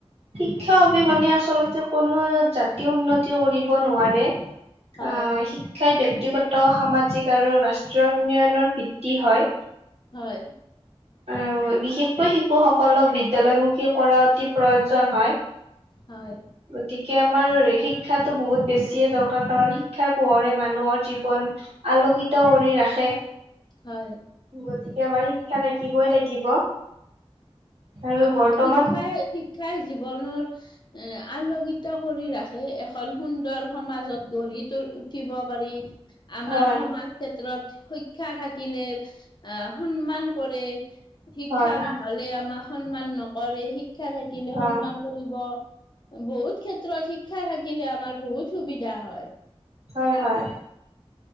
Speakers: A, on the right (about 85°); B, on the left (about 45°).
A: শিক্ষা অবিহনে আচলতে কোনো জাতি উন্নতি কৰিব নোৱাৰে
B: হয়
A: আহ শি শিক্ষাই ব্যক্তিগত সামাজিক আৰু ৰাষ্ট্ৰীয় উন্নয়নৰ ভিত্তি হয়ঁ।
B: হয়ঁ।
A: আৰু বিশেষকৈ শিশুসকলক বিদ্যয়ালয়মুখী কৰা অতি প্ৰয়োজন হয়ঁ।
B: হয়ঁ।
A: গতিকে আমাৰ শিক্ষাটো বহুত বেছিয়ে দৰকাৰ কাৰণ শিক্ষাৰ পোহৰে মানুহৰ জীৱন- আলোকিত কৰি ৰাখে।
B: হয়ঁ।
A: গতিকে আমাৰ শিক্ষা থাকিবই লাগিব। আৰু
B: আমা
A: বৰ্তমান
B: শিক্ষাই শিক্ষাই জীৱনৰ এ আলোকিত কৰি ৰাখে। সে এখন সুন্দৰ সমাজত গঢ়ি উঠিব পাৰি। আমাৰ
A: হয়
B: সমাজ ক্ষেত্ৰত শিক্ষা থাকিলে আহ সন্মান কৰে। শিক্ষা
A: হয়
B: নহলে আমাৰ সন্মান নকৰে শিক্ষা থাকিলে
A: হয়
B: সন্মান কৰিব বহুত ক্ষেত্ৰত শিক্ষা- শিক্ষা থাকিলে আমাৰ বহুত সুবিধা হয়ঁ।
A: হয়ঁ হয়ঁ।